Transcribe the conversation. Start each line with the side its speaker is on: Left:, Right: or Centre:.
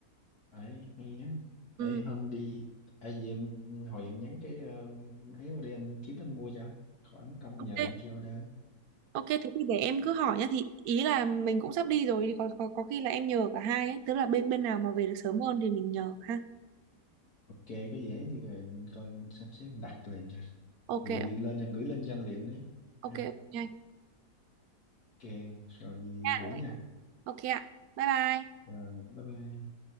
Left: ấy hay á ấy
Right: ừ,
Left: hôm đi ấy gì em hồi em nhắn cái um, ấy qua đây anh kiếm anh mua cho khỏi mất công
Right: ok
Left: nhờ bạn kia order
Right: ok thế thì để em cứ hỏi nhá thì ý là mình cũng sắp đi rồi thì có có có khi là em nhờ cả hai ấy tức là bên bên nào mà về được sớm hơn thì mình nhờ ha
Left: ok có dễ thì rồi anh coi anh sắp xếp anh đặt liền cho
Right: ok
Left: vậy lên em gửi link cho anh liền đi
Right: ok
Left: ha
Right: ok anh
Left: ok rồi gì
Right: nha
Left: gửi nha
Right: ok ạ bye bye
Left: rồi bye bye